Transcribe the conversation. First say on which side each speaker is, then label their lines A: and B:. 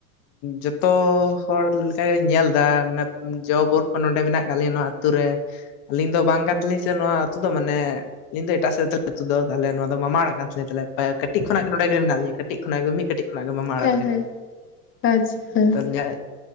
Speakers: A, on the left; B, on the left.
A: ᱡᱚᱛᱚ ᱦᱚᱲ ᱞᱮᱠᱟ ᱜᱮᱧ ᱧᱮᱞ ᱮᱫᱟ ᱢᱟᱱᱮ ᱡᱚ ᱵᱳᱨ ᱠᱚ ᱱᱚᱰᱮ ᱢᱮᱱᱟᱜ ᱟᱠᱟᱫ ᱞᱮᱭᱟ ᱱᱚᱣᱟ ᱟᱹᱛ ᱟᱹᱛᱩ ᱨᱮ ᱟᱹᱞᱤᱧ ᱫᱚ ᱵᱟᱝ ᱠᱟᱱ ᱛᱟᱹᱞᱤᱧ ᱥᱮ ᱱᱚᱣᱟ ᱟᱹᱛᱩ ᱫᱚ ᱢᱟᱱᱮ ᱤᱧ ᱫᱚ ᱮᱴᱟᱜ ᱥᱮᱫ ᱟᱹᱛᱩ ᱫᱚ ᱛᱟᱦᱚᱞᱮ ᱱᱚᱣᱟ ᱫᱚ ᱢᱟᱢᱟ ᱚᱲᱟᱜ ᱠᱟᱱ ᱛᱤᱧ ᱛᱟᱦᱞᱮ ᱠᱟᱹᱴᱤᱡ ᱠᱷᱚᱱᱟᱜ ᱜᱮ ᱱᱚᱰᱮ ᱜᱮ ᱢᱮᱱᱟᱜ ᱞᱤᱧ ᱠᱟᱹᱴᱤᱡ ᱠᱷᱚᱱᱟᱜ ᱜᱮ ᱢᱤᱫ ᱠᱟᱹᱴᱤᱡ ᱚᱱᱟ ᱜᱮ ᱢᱟᱢᱟ ᱚᱲᱟᱜ
B: ᱦᱮᱸ
A: ᱛᱟᱞᱮ
B: ᱦᱮᱸ
A: <unintelligible>
B: ᱟᱪᱪᱷᱟ ᱦᱮᱸ
A: ᱛᱚ ᱧᱮᱞ